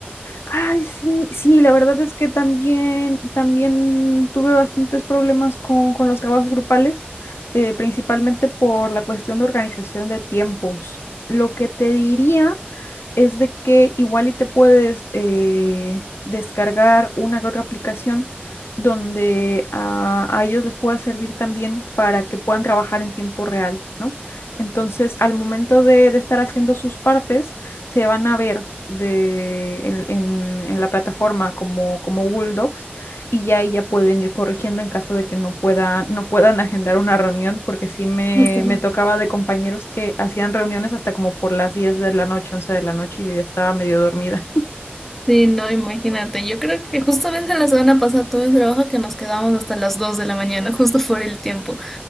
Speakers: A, on the left; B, in the centre.
A: Ay, sí, sí, la verdad es que también, también tuve bastantes problemas con, con los trabajos grupales. eh, principalmente por la cuestión de organización de tiempos. Lo que te diría es de que igual y te puedes eh, descargar una que otra aplicación donde a, a ellos les pueda servir también para que puedan trabajar en tiempo real, ¿no? Entonces, al momento de, de estar haciendo sus partes, se van a ver de, en, en- en la plataforma como, como Google Docs y ya ahí ya pueden ir corrigiendo en caso de que no puedan, no puedan agendar una reunión, porque sí me,
B: Justo.
A: me tocaba de compañeros que hacían reuniones hasta como por las 10 de la noche, once de la noche, y yo ya estaba medio dormida.
B: Sí, no, imagínate, yo creo que justamente la semana pasada tuve un trabajo que nos quedamos hasta las 2 de la mañana <laughs> justo por el tiempo.